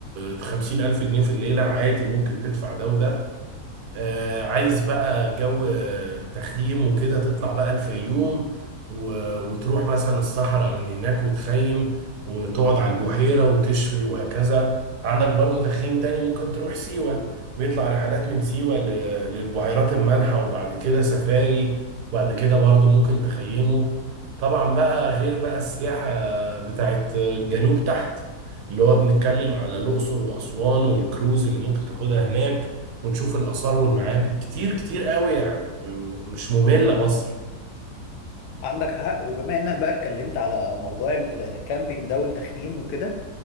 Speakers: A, on the right; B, on the left.
A: 50000 جنيه في الليله عادي ممكن تدفع ده وده آه، عايز بقى جو تخييم وكده تطلع بقى الفيوم و- وتروح مثلا الصحراء من هناك وتخيم وتقعد على البحيرة وتشوي وهكذا عندك برضو تخييم تاني ممكن تروح سيوة بيطلع رحلات من سيوة ل- للبحيرات المالحة وبعد كده سفاري وبعد كده برضو ممكن تخيمه طبعا بقى غير بقى السياحة بتاعت الجنوب تحت اللي هو بنتكلم على الأقصر وأسوان والكروز اللي ممكن تاخدها هناك وتشوف الآثار والمعابد كتير كتير قوي يعني م- مش مملة مصر
B: عندك حق وبما انك بقى اتكلمت على موضوع الكامبينج ده والتخييم وكده